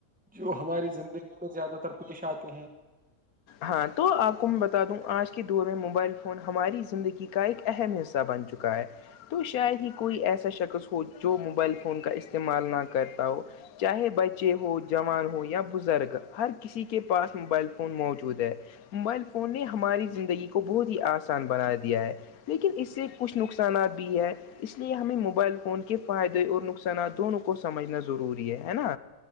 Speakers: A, in the centre; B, on the left (about 75°).
A: جو ہماری زندگی میں زیادہ تر پیش آتے ہیں
B: ہاں تو آپ کو میں بتا دوں آج کے دور میں موبائل فون ہماری زندگی کا ایک اہم حصہ بن چکا ہے تو شاید ہی کوئی ایسا شخص ہو جو موبائل فون کا استعمال نہ کرتا ہو چاہے بچے ہو جوان ہو یا بزرگ ہر کسی کے پاس موبائل فون موجود موبائل فون نے ہماری زندگی کو بہت ہی آسان بنا دیا ہے لیکن اس سے کچھ نقصانات بھی ہے اس لیے ہمیں موبائل فون کے فائدے اور نقصانات دونوں کو سمجھنا ضروری ہے ہے نا